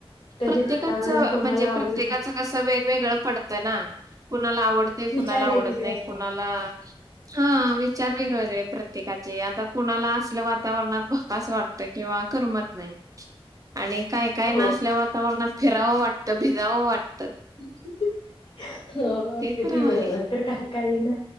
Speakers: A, on the left; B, on the right.
A: तर हे
B: प्रत्येकाच
A: वातावरण
B: म्हंजे
A: कोणाला आवडतं
B: प्रत्येकाच कसं वेगवेगळं पडतं ना कुणाला आवडते कुणाला
A: विचार वेगवेगळे
B: आ डत नाही
A: असतात
B: कुणाला, हम्म विचार वेगवेगळे प्रत्येकाचे आता कुणाला असल्या वातावरणात भकास वाटतं किंवा करमत नाही. आणि काय काय ना
A: हो
B: आसल्या वातावरणात फिरावं वाटतं, भिगावं वाटतं.
A: <unintelligible> हो अगदी
B: ते तर
A: बरोबर
B: आहे
A: तर, कांहीं कांहीं ना